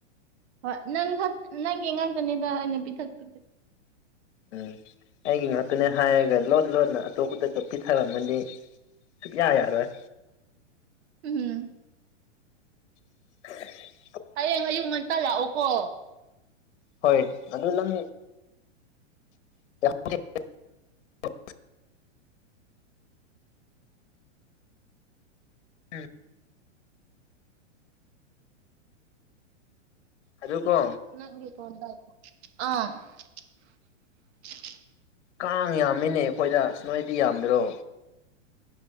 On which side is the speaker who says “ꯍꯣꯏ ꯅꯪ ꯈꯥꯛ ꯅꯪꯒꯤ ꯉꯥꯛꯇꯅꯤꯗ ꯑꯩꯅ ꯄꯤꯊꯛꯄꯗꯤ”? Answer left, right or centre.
Right